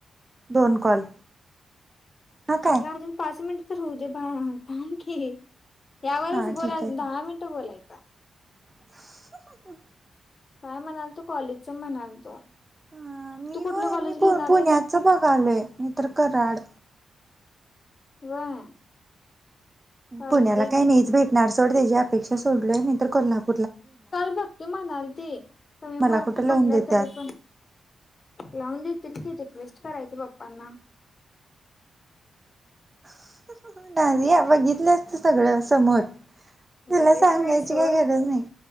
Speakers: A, on the right (about 15°); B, on the left (about 35°).
A: दोन कॉल. हा काय
B: अगं आजून पाच मिन तर होऊ दे बाळ थांब की. यावरच
A: हा
B: बोल
A: ठीक
B: अजू
A: आहे ठीक
B: दहा मिनटं बोलायच.
A: <unintelligible>
B: काय म्हणालतो कॉलेजचं म्हणालतो.
A: हां, मी
B: तू कुठलं
A: होय
B: कॉलेज
A: मी पु
B: घेणार
A: पुण्याचं
B: आहेस
A: बघालोय नाहीतर तर कराड.
B: व्हय? चालतंय
A: पुण्याला काय नाहीच बाई. नाड सोड त्याजी अपेक्षा सोडलोय, नाही तर कोल्हाप
B: काल भक्ति म्हणालती कमी
A: मला
B: मार्क
A: कुठं लावून
B: पडल्या
A: देत्यात.
B: तरी पण, लावून देतील की रिक्वेस्ट कराय त पप्पांना.
A: <unintelligible> बघितलंस. सगळं समोर त्याला
B: बघितलंय
A: सांगायची
B: सोड
A: काही गरज नाही.